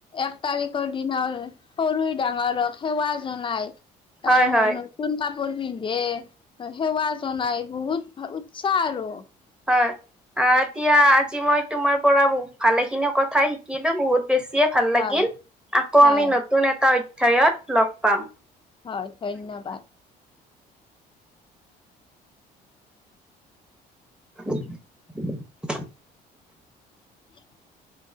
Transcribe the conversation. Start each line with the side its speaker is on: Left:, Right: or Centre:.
Left: এক তাৰিখৰ দিনৰ, সৰু ডাঙৰক সেৱা জনাই। তাৰ
Centre: হয়
Left: মানত,
Centre: হয়
Left: <inaudible> সেৱা জনাই, বহুত উৎসাহ আৰু।
Centre: হয়। আহ, এতিয়া আজি মই তোমাৰ পৰা ভালেখিনি কথা শিকিলো, বহুত বেছিয়ে ভাল
Left: হয়
Centre: লাগিল, আকৌ
Left: হয়
Centre: আমি নতুন এটা অধ্যায়ত লগ পাম।
Left: হয়, ধন্যবাদ।
Centre: <inaudible>
Left: <inaudible>